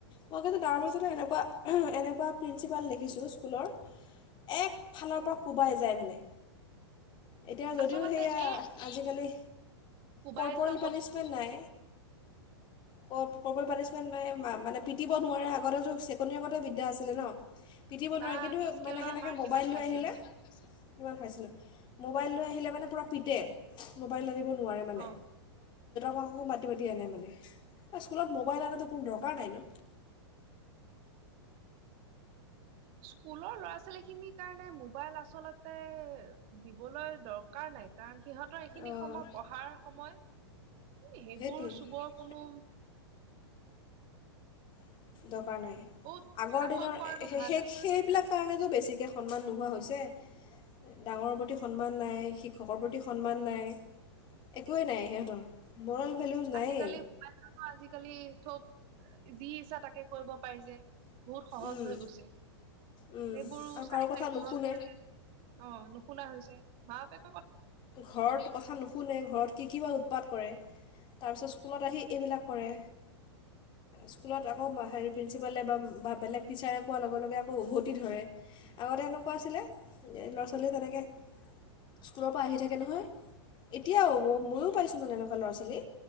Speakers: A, on the left; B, on the right.
A: মই কিন্তু তাৰ মাজত এনেকুৱা এনেকুৱা প্ৰিন্ঞ্চিপাল দেখিছোঁ স্কুলৰ একফালৰ পৰা কোবাই যায় মানে এতিয়া যদিও
B: আচলতে
A: সেয়া
B: এই
A: আজিকালি
B: কোবাই
A: কৰ্প'ৰেল
B: যোৱা পদ্ধতি
A: পানিছমেণ্ট নাই ক ক পানিমেন্ট মানে পিটব নোৱাৰে আগতেতোৰ ছেকেণ্ড ইয়াৰ্গতে বিদ্যা আছিলে ন পিটিব নোৱাৰে
B: বা
A: কিন্তু
B: আমি স্কেলৰ
A: মানে সেনেকে
B: মাৰ
A: মোবাইল
B: কিমান খাইছিলো
A: লৈ আহিলে ভয় খাইছিলোঁ মোবাইল লৈ আহিলে মানে পুৰা পিট মোবাইল আনিব নোৱাৰে মানে
B: অ
A: মাককো মাতি মাতি আনে মানে স্কুলত মোবাইলটো ফোন দৰকাৰ নাই নো
B: স্কুলৰ ল'ৰা ছোৱালীখিনিৰ কাৰণে মোবাইল আচলতে দিবলৈ দৰকাৰ নাই কাৰণ সিহঁতৰ এইখিনি
A: অঁ
B: সময় পঢ়াৰ সময় এ সেইবোৰ
A: সেইটোৱেই
B: চুবৰ কোনো
A: দক দৰকাৰ নাই
B: বহুত
A: আগৰ
B: শাসন
A: দিনত
B: কৰাটো
A: সেই
B: ভাল আৰু
A: সেই বিলাক সেইকাৰণে কাৰণেতো বেছিকৈ সন্মান নোহোৱা হৈছে ডাঙৰৰ প্ৰতি সন্মান নাই শিক্ষকৰ প্ৰতি সন্মান নাই একোৱেই নাই সিহঁতৰ মৰেল ভেলিউজ নায়েই
B: আজিকালি মবাইলতো আজিকালি চব যি ইচ্ছা তাকে কৰিব পাৰিছে বহুত সহজ
A: উম,
B: হৈ গৈছে
A: উম,
B: এইবোৰ
A: আৰু
B: চাই
A: কাৰো কথা
B: চাই সিহঁত
A: নুশুনে
B: মানে অ নুশুনা হৈছে মা বাপেক
A: ঘৰত কথা নুশুনে ঘৰত কি কি বা উৎপাত কৰে তাৰপিছত স্কুলত আহি এইবিলাক কৰে স্কুলত আকৌ হেৰি প্ৰিন্সিপালে বা বা বেলেগ টিচাৰে কোৱাৰ লগে লগে আকৌ উভতি ধৰে আগতে এনেকুৱা আছিলে ল'ৰা ছোৱালীয়ে তেনেকে স্কুল প আহি থাকে নহয় এতিয়াও ম ময়ো পাইছোঁ মানে এনেকুৱা ল'ৰা ছোৱালী